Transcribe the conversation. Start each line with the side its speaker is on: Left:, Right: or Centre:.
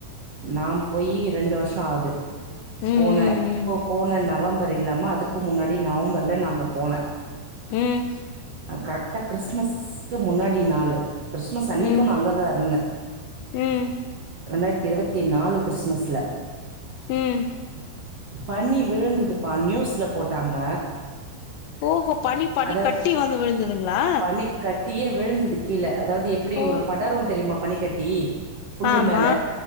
Right: நாம் போயி ரெண்டு வருஷோ ஆது
Left: ம்
Right: போன இப்ப போன நவம்பர் இல்லாம அதுக்கு முன்னாடி நவம்பர்ல நா அங்க போன
Left: ம்
Right: கரெக்டா கிறிஸ்மஸ்க்கு முன்னாடி நாளு கிறிஸ்மஸ் அன்னைக்கு
Left: ம்
Right: நா அங்க தா இருந்த
Left: ம் ம்
Right: ரெண்டாயிரத்தி இருவத்தி நாலு கிறிஸ்மஸ்ல
Left: ம்
Right: பண்ணி விழுந்ததுப்பா நியூஸ்ல போட்டாங்க
Left: ஓஹோ பனி பனி
Right: அதை
Left: கட்டி வந்து விழுந்ததுங்ளா
Right: பனிக்கட்டியே விழுந்தது கீழ அதாவது எப்படி
Left: ஓ
Right: இவ்ளோ படரு தெரிமா பனிக்கட்டி புல்லு
Left: ஆமா
Right: மேல